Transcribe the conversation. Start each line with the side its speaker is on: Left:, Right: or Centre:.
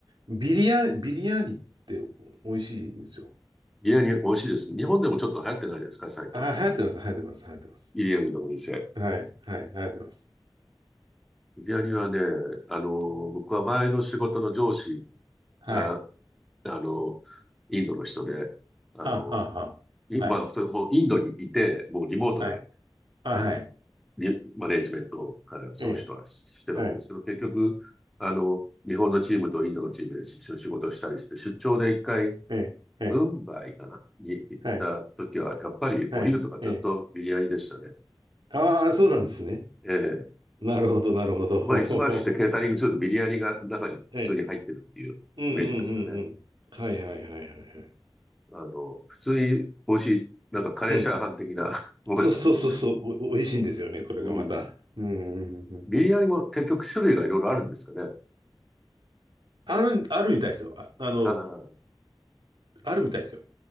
Right: ビリヤ、ビリヤーニって美味しいんですよ。
Centre: ビリヤニ美味しいです。日本でもちょっと流行ってないですか、最近。
Right: あ、流行ってます、流行ってます、流行ってます。
Centre: ビリヤニのお店。
Right: はい、はい、流行ってます。
Centre: ビリヤニはね、あの、僕は前の仕事の上司
Right: はい。
Centre: が、あの、インドの人で、あの、
Right: あ、はあ、はあ。
Centre: いまあ、
Right: はい。
Centre: それもうインドにいて、もうリモートで、
Right: はい。あ、
Centre: あの、
Right: はい。
Centre: に、マネージメントからその人はしてるわけですけど、
Right: ええ、はい、
Centre: 結局、あの、日本のチームとインドのチームで一緒に仕事したりして、出張で一回、
Right: ええ、ええ、
Centre: ムンバイかなに行った時は、
Right: はい、
Centre: やっぱりお昼とかずっとビリヤニでしたね。
Right: はい、ええ。ああ、そうなんですね。
Centre: ええ
Right: なるほど、なるほど。
Centre: まあ、忙しくてケータリングするとビリヤニが中に普通に入ってるっていうイメージですかね。
Right: <laughs> ええうんうんうんうん。はいはいはいはいはい。
Centre: あの、普通に美味しい、なんかカレーチャーハン的な
Right: うん。
Centre: <laughs> ものですね。
Right: そうそうそうそう。お、美味しいんですよね、これがまた。
Centre: うん。
Right: うんうんうんうん。
Centre: ビリヤニも結局種類がいろいろあるんですかね。
Right: ある、あるみたいですよ。あ、あの、
Centre: ああ、
Right: あるみたいですよ。